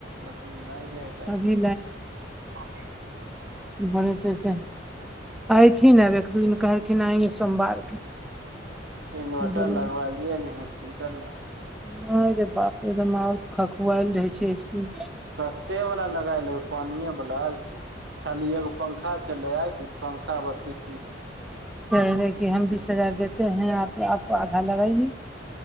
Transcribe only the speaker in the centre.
अभी
इ भरोसे से ऐथिन आब एक दू दिन कहलखिन आएंगे सोमवार के।
नहि
नै रे बाप एकदम और खखुआएल रहै छै ऐसे।
कहै रहै कि हम बीस हजार देते है आप, आप आधा लगाइए।